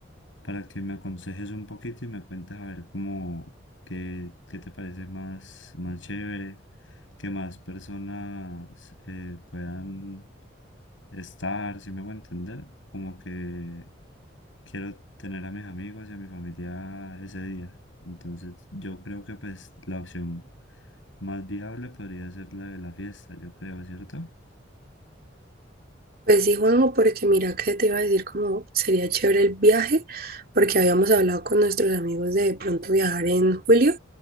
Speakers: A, on the left; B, on the right.
A: para que me aconsejes un poquito y me cuentas a ver cómo, qué, qué te parece más, más chévere, que más personas eh, puedan estar, si me voy a entender, como que quiero tener a mis amigos y a mi familia ese día. Entonces yo creo que pues la opción más viable podría ser la de la fiesta, yo creo, ¿cierto?
B: Pues sí, Juanjo, porque mira que te iba a decir como sería chévere el viaje, porque habíamos hablado con nuestros amigos de pronto viajar en julio,